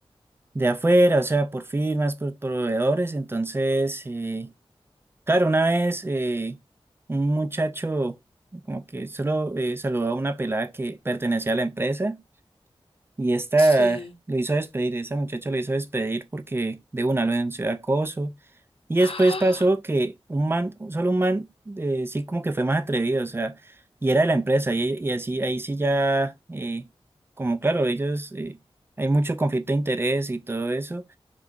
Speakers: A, on the right (about 25°); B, on the left (about 65°).
A: de afuera, o sea, por firmas, por proveedores, entonces... eh, Claro, una vez eh, un muchacho como que solo eh, saludó a una pelada que pertenecía a la empresa y esta
B: Sí.
A: lo hizo despedir, esa muchacha lo hizo despedir porque de una lo denunció de acoso y
B: <gasps>
A: después
B: ¡Ah!
A: pasó que un man, solo un man eh, sí como que fue más atrevido, o sea, y era de la empresa y, y así ahí sí ya eh, como claro, ellos eh, hay mucho conflicto de interés y todo eso